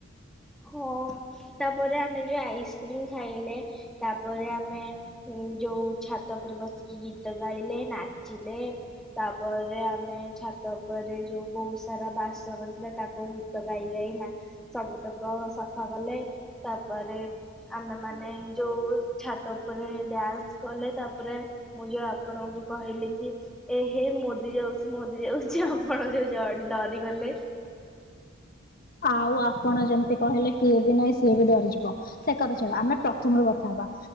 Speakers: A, in the centre; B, on the left (about 45°).
A: ହଁ। ତାପରେ ଆମେ ଯୋଉ ଆଇସ୍କ୍ରିମ ଖାଇଲେ ତାପରେ ଆମେ ଉ ଯୋଉ ଛାତ ଉପରେ ବସିକି ଗୀତ ଗାଇଲେ ନାଚିଲେ। ତାପରେ ଆମେ ଛାତ ଉପରେ ଯୋଉ ବହୁତ ସାରା ବାସନ ଥିଲା ତାକୁ ଗୀତ ଗାଈ ଗାଈ ନା ସବୁ ତୋକ ସଫା କଲେ ତାପରେ ଆମେ ମାନେ ଯୋଉ ଛାତ ଉପରେ ଡ୍ୟାନ୍ସ କଲେ ତାପରେ ମୁଁ ଯୋଉ ଆପଣଙ୍କୁ କହିଲି କି ଏ ହେ ମୋଦି ଯାଉଛି ମୋଦି ଯାଉଛି ଆପଣ ଜ ଡରି ଗଲେ।
B: ଆଉ ଆପଣ ଯେମିତି କହିଲେ କିଏ ବି ନାହିଁ ସିଏ ବି ଡରିଯିବ। ସେ କଥା ଛାଡ଼ ଆମେ ପ୍ରଥମ ରୁ କଥା ହବା